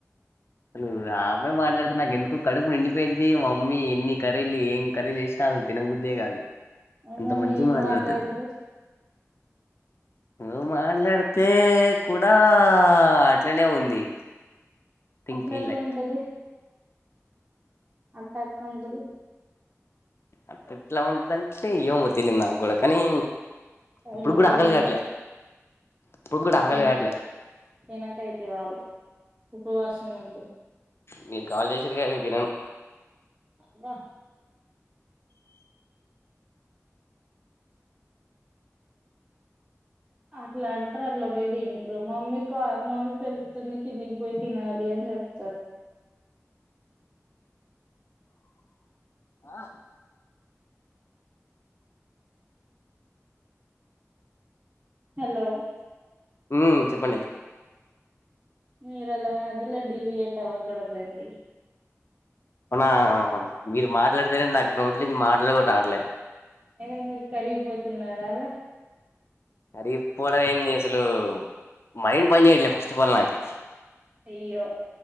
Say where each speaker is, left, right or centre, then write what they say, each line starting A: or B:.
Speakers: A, on the left; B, on the right.
A: అసలు ఆ అమ్మాయి మాట్లాడుతె నాకు ఎందుకో కడుపు నిండిపోయిద్ది మా మమ్మి ఎన్ని కరీలు ఏం కరీచేసినా అసలు తినబుద్ దే కాదు
B: అ
A: అంత
B: మరి
A: మంచిగా
B: నీను
A: మాట్లాడుతది
B: మాట్లాడుతె
A: నువ్వు మాట్లాడితే కూడా అట్లనే ఉంది థింక్
B: అట్ల
A: ఫీల్
B: ఎట్లా
A: లైక్
B: ఉంటది అట్లా ఎట్ల ఉంటది
A: అట్ల ఎట్ల ఉంటదంటే ఏమో తెలియదు నాకు కూడా కానీ
B: ఎందుకు
A: ఇప్పుడు కూడా ఆకలి
B: అడుగుడు
A: కాట్లే ఇప్పుడు కూడా ఆకలి
B: తినక్
A: కాట్లే
B: తినక్ అయితే ఇవాళ ఉపవాసం ఉండు
A: మీరు కాల్ చేసిర్రు గ ఇగ తినను
B: అబ్బ అట్లా అంటారు అట్లా పోయి తింట్రూ మమ్మీ కా మమ్మీ పెళ్తుంది కిందికి పోయి తినాలి అని చెప్తారు
A: ఆ
B: హలో
A: మ్ చెప్పండి?
B: మీరలా మధ్యల డివియేట్ అవ్వకూడదండి.
A: అవునా మీరు మాట్లాడ్తేనే నాక్ నోట్లో నుంచి మాటల్ గుడా రావట్లే
B: ఏమైంది కరిగిపోతున్నారా అలా
A: కరిపోవడం ఏంది అసలూ మైండ్ పని చేయట్లే ఫస్ట్ అఫ్ ఆల్ నాకి
B: అయ్యో!